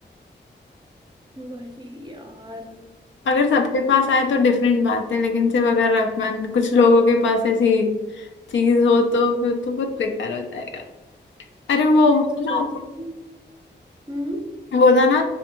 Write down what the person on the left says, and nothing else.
अगर सबके पास आए तो डिफरेंट बात है लेकिन सिर्फ अगर अपन कुछ लोगों के पास ऐसी चीज हो तो फिर तो बहुत बेकार हो जाएगा अरे वो
ना
वो था ना